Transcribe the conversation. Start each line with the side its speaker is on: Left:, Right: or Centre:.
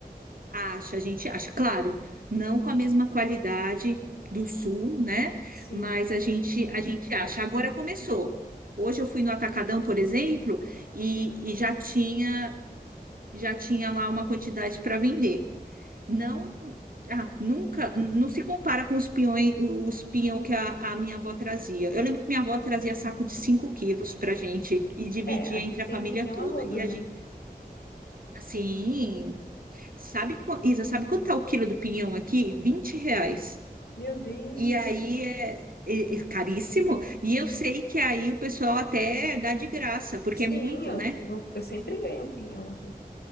Right: Acha, a gente acha, claro, não com a mesma qualidade do sul, né?
Left: Sim.
Right: Mas a gente a gente acha. Agora começou. Hoje eu fui no Atacadão, por exemplo, e, e já tinha já tinha lá uma quantidade para vender. Não, ah, nunca, não se compara com os peões, os pião que a, a minha avó trazia. Eu lembro que minha avó trazia saco
Left: Uhum.
Right: de 5 quilos para gente e dividia
Left: É, aqui
Right: entre
Left: tem
Right: a família
Left: pinhão
Right: toda.
Left: a rodo,
Right: E
Left: né?
Right: a gente, assim, Sabe, qua- Isa, sabe quanto tá o quilo do pinhão aqui? 20 reais.
Left: Meu Deus.
Right: E aí é, é- é caríssimo. E eu sei que aí o pessoal até dá de graça, porque
Left: Sim,
Right: é muito,
Left: eu,
Right: né?
Left: não- eu sempre ganho pinhão aqui.